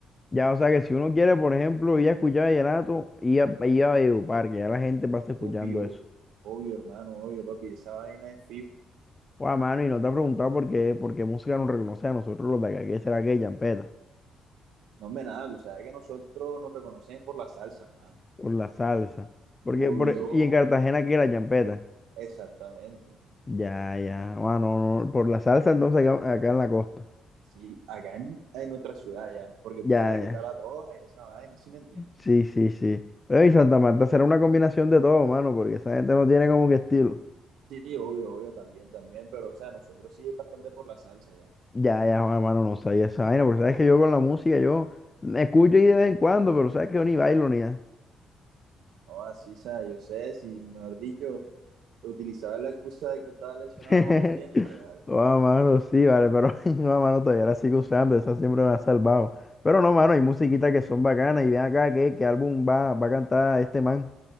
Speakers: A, on the left; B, on the right.
A: Ya, o sea que si uno quiere, por ejemplo, ir a escuchar vallenato, ir a, ir a Valledupar, que ya la gente pasa escuchando
B: Obvio,
A: eso.
B: obvio, hermano, obvio, papi, esa vaina es fijo.
A: Guau, mano, y no te ha preguntado por qué, por qué música nos reconoce a nosotros los de acá, ¿qué será que champeta?
B: No me nada, tú sabes que nosotros nos reconocemos por la salsa, hermano.
A: Por la salsa. Porque,
B: Obvio,
A: por, y en Cartagena, ¿qué era champeta?
B: exactamente.
A: Ya, ya, bueno, no, no, por la salsa entonces acá, acá en la costa.
B: Sí, acá en, en nuestra ciudad ya, porque
A: Ya,
B: tú sabes
A: ya.
B: que está la troja y esa vaina, ¿sí me entiendes?
A: Sí, sí, sí. Pero y Santa Marta será una combinación de todo, mano, porque esa gente no tiene como que estilo.
B: Sí, obvio, obvio, también, también, pero o sea, nosotros sí es bastante por la salsa ya.
A: Ya, ya, Juan, hermano, no sabía esa vaina, porque sabes que yo con la música, yo me escucho ahí de vez en cuando, pero sabes que yo ni bailo ni nada.
B: Ah, así o sea, yo sé, si mejor dicho, utilizaba la excusa de que estaba lesionado
A: <laughs>
B: siempre, ¿vale?
A: Joda, mano, sí, vale, pero <laughs> no, mano, todavía la sigo usando, esa siempre me ha salvado. Pero no, mano, hay musiquitas que son bacanas, y ven acá, ¿qué, qué álbum va, va a cantar este man?